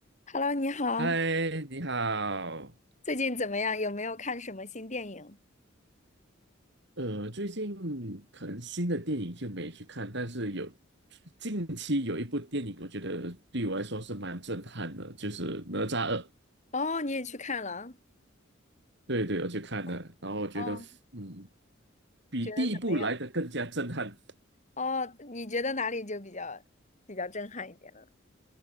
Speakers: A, on the left; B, on the right.
A: Hello，你好，
B: 嗨，你好。
A: 最近怎么样？有没有看什么新电影？
B: 呃，最近可能新的电影就没去看，但是有近期有一部电影，我觉得对我来说是蛮震撼的，就是《哪吒二》。
A: 哦，你也去看了
B: 对对，我去看了，
A: 啊？
B: 然后我觉得嗯，
A: 哦，
B: 比第一部来的更加震撼。
A: 觉得怎么样？哦，你觉得哪里就比较比较震撼一点了？